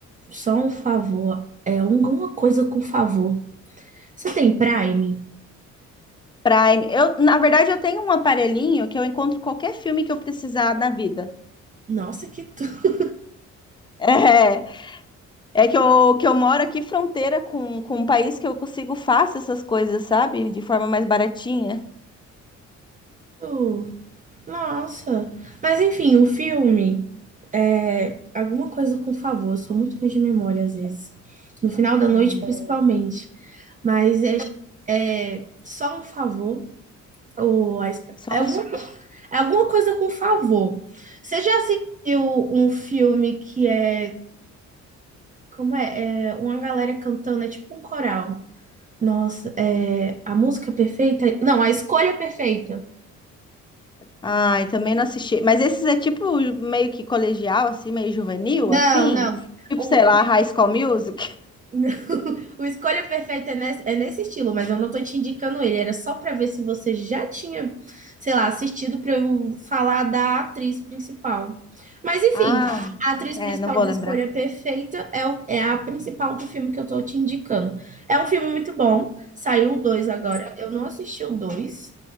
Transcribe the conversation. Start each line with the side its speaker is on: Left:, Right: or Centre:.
Right: só um favor, é alguma coisa com favor. Você tem Prime?
Left: Prime. Eu, na verdade, eu tenho um aparelhinho que eu encontro qualquer filme que eu precisar na vida.
Right: Nossa, que tudo!
Left: <laughs> É. É que eu, que eu moro aqui fronteira com, com um país que eu consigo fácil essas coisas, sabe? De forma mais baratinha.
Right: Que Nossa. Mas enfim, o filme é alguma coisa com favor. Eu sou muito ruim de memória às vezes. No final da noite,
Left: né?
Right: principalmente. Mas é, é só um favor. Ou a esp-
Left: Só
Right: é, algum-
Left: um... f-
Right: é alguma coisa com favor. Você já assistiu um filme que é. Como é? É uma galera cantando, é tipo um coral. Nossa, é a música perfeita? Não, a escolha perfeita.
Left: Ai, também não assisti. Mas esses é tipo meio que colegial, assim, meio juvenil,
Right: Não,
Left: assim.
Right: não.
Left: Tipo,
Right: O,
Left: sei lá, High School Music.
Right: Não, <laughs> o Escolha Perfeita é nesse, é nesse estilo, mas eu não tô te indicando ele. Era só pra ver se você já tinha, sei lá, assistido pra eu falar da atriz principal. Mas enfim,
Left: Ah,
Right: a atriz
Left: é,
Right: principal
Left: não vou
Right: do
Left: lembrar.
Right: Escolha Perfeita é, o- é a principal do filme que eu tô te indicando. É um filme muito bom. Saiu o 2 agora. Eu não assisti o 2.